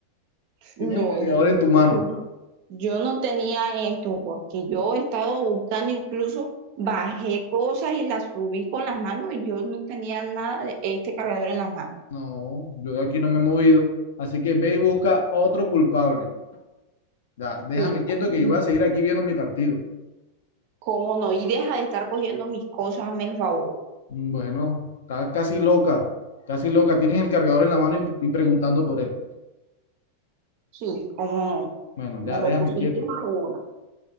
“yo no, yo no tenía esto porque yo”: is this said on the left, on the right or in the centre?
Right